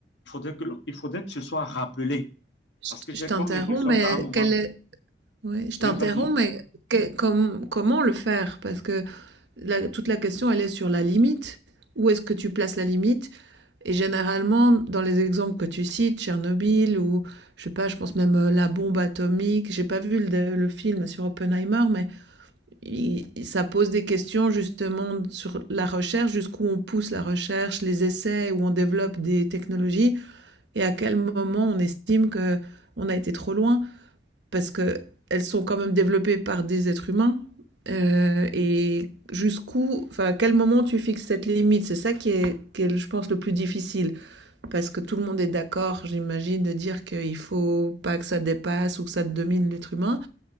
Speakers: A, on the left (about 85°); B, on the right (about 85°).
A: Il faudrait que, il faudrait que ce soit rappelé.
B: Je
A: Parce que j'ai
B: je t'interromps,
A: comme l'impression
B: mais
A: qu'à un moment,
B: quel est ouais, je t'interromps,
A: oui, vas-y.
B: mais que- com- comment le faire? Parce que la- toute la question, elle est sur la limite. Où est-ce que tu places la limite? Et généralement, dans les exemples que tu cites, Tchernobyl ou, je sais pas, je pense même euh, la bombe atomique, j'ai pas vu le, le film sur Oppenheimer, mais il- il- ça pose des questions justement sur la recherche, jusqu'où on pousse la recherche, les essais, où on développe des technologies et à quel moment on estime que on a été trop loin parce qu'elles sont quand même développées par des êtres humains. Euh, et jusqu'où, enfin, à quel moment tu fixes cette limite C'est ça qui est, qui est, je pense, le plus difficile. Parce que tout le monde est d'accord, j'imagine, de dire qu'il ne faut pas que ça dépasse ou que ça domine l'être humain.